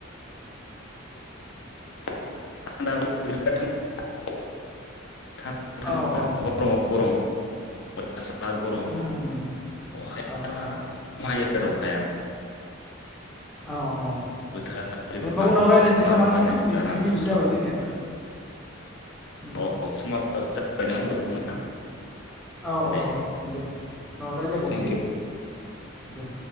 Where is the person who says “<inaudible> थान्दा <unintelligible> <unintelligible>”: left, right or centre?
Left